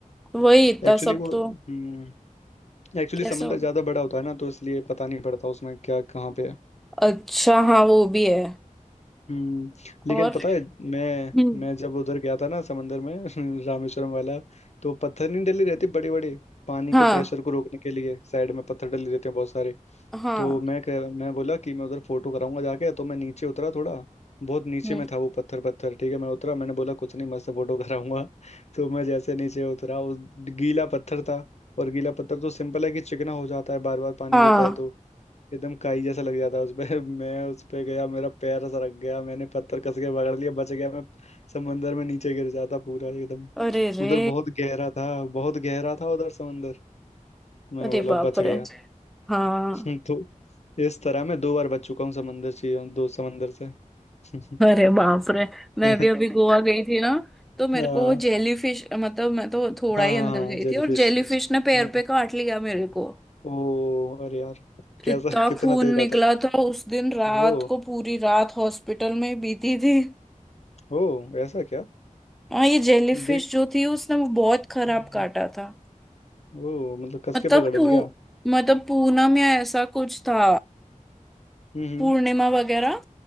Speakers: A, in the centre; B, on the left (about 55°).
A: वही इतना
B: एक्चुअली
A: सब
B: वो
A: तो
B: हम्म एक्चुअली
A: कैसा
B: समंदर
A: होगा
B: ज्यादा बड़ा होता है ना तो इसलिए पता नहीं पड़ता उसमें क्या कहाँ पे है
A: अच्छा हाँ वो भी है
B: हम्म लेकिन
A: और
B: पता है मैं
A: हम्म
B: मैं जब उधर गया था ना समंदर में <laughs> रामेश्वरम वाला तो पत्थर नहीं डली रहती बड़े बड़े पानी
A: हाँ
B: को प्रेशर को रोकने के लिए साइड में पत्थर डले रहते हैं बहुत सारे
A: हाँ
B: तो मैं कह, मैं बोला कि मैं उधर फोटो कराऊंगा जाके तो मैं नीचे उतरा थोड़ा बहुत नीचे
A: हम्म
B: में था वो पत्थर पत्थर ठीक है मैं उतरा मैंने बोला कुछ नहीं मस्त फोटो कराऊंगा <laughs> तो मैं जैसे नीचे उतरा उस गीला पत्थर था और गीला पत्थर तो सिंपल है कि चिकना हो जाता है बार बार पानी
A: हाँ
B: गिरता है तो एकदम काई जैसा लग जाता है उस पे <laughs> मैं उस पे गया मेरा पैर सरक गया मैंने पत्थर कस के पकड़ लिया बच गया मैं समंदर में नीचे गिर जाता पूरा एकदम
A: अरे रे
B: उधर बहुत गहरा था बहुत गहरा था उधर समंदर मैं
A: अरे
B: बोला
A: बाप
B: बच गया
A: रे हाँ
B: <laughs> तो इस तरह मैं दो बार बच चुका हूँ समंदर से दो समंदर से <laughs>
A: अरे बाप रे मैं
B: हाँ
A: भी अभी गोवा गई थी ना तो मेरे
B: हाँ
A: को वो जेली फिश मतलब मैं तो थोड़ा
B: हाँ
A: ही अंदर गई
B: जेलीफिश
A: थी और जेली फिश ने पैर
B: हाँ
A: पे काट लिया मेरे को
B: ओ अरे यार कैसा
A: इतना
B: कितना
A: खून
B: तेज
A: निकला
B: काटा
A: था उस दिन रात
B: ओ
A: को पूरी रात हॉस्पिटल में बीती थी
B: ओ ऐसा क्या
A: हाँ ये जेली फिश
B: देख
A: जो थी उसने वो बहुत खराब
B: हम्म,
A: काटा था
B: ओ मतलब कस
A: मतलब
B: के पकड़
A: पू
B: लिया
A: मतलब पूना में ऐसा कुछ था
B: हम्म हम्म।
A: पूर्णिमा वगैरह